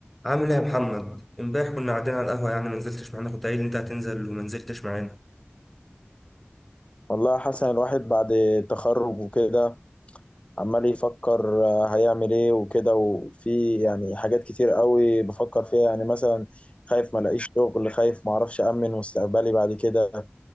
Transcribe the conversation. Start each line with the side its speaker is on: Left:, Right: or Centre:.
Centre: عامل ايه يا محمد امبارح كنا قاعدين على القهوه يعني ما نزلتش معانا كنت قايل انت هتنزل وما نزلتش معانا
Left: والله يا حسن الواحد بعد التخرج وكده عمال يفكر آه، هيعمل ايه وكده وفي يعني حاجات كتير قوي بفكر فيها يعني مثلا خايف ما الاقيش شغل خايف ما اعرفش امن مستقبلي بعد كده